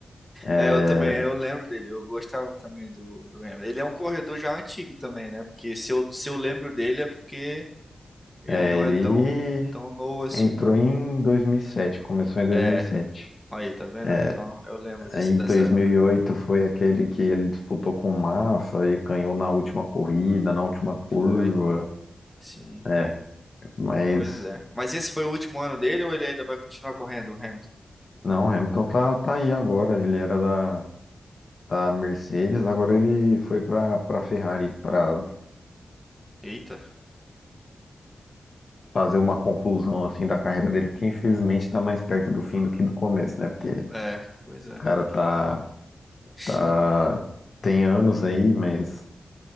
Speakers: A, on the left; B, in the centre.
A: É,
B: É, eu também, eu lembro dele, eu gostava também do, do Hamilton. Ele é um corredor já antigo também, né? Porque se eu, se eu lembro dele é porque ele
A: é,
B: não
A: ele
B: é tão, tão novo assim,
A: entrou
B: não.
A: em 2007, começou em 2007.
B: É, aí, tá vendo?
A: É,
B: Então, eu lembro desse,
A: em
B: dessa
A: 2008
B: época. aí.
A: foi aquele que ele disputou com o Massa e ganhou na última corrida, na última curva.
B: Foi, sim,
A: É, Mas
B: pois é. Mas esse foi o último ano dele ou ele ainda vai continuar correndo, o Hamilton?
A: não, o Hamilton tá, tá aí agora. Ele era da, da Mercedes, agora ele foi para para Ferrari para
B: Eita,
A: fazer uma conclusão assim da carreira dele, porque infelizmente tá mais perto do fim do que do começo, né? Porque o
B: é, pois é.
A: cara tá
B: <laughs>
A: tá tem anos aí, mas